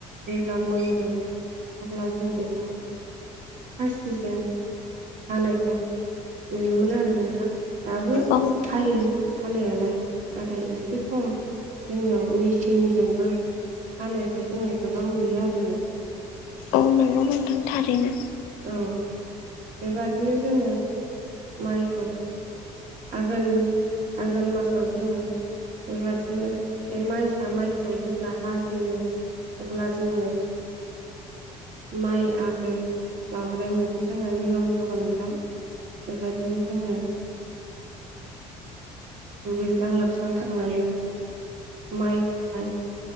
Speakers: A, on the right; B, on the left.
A: जेब्ला मोनगोन अब्ला जों बेखौ खासिजों हानायखौ नुयोमोन आरो नोंथां दाबो
B: औ नोंथां
A: हायो हानायालाय नाथाय एसे खम जोंनियाव मिचिनजोंबो हानायखौ जोङो गोबां नुयो आरो नोंथां <unintelligible>
B: औ नंगौ नोंथां थारैनो।
A: औ बेबादिनो जोङो माइखौ आघोन आघोन मासाव जोङो बेबादिनो बे माइसा माइखौ जेब्ला हाजेनो अब्ला जोङो माइ आगो लाबोनाय मोनसे जोंहा नियम दङ‌ नोंथां बेबादिनो जोङो दुगैस्रां लोबस्रां थांनानैहाय माइखौहाय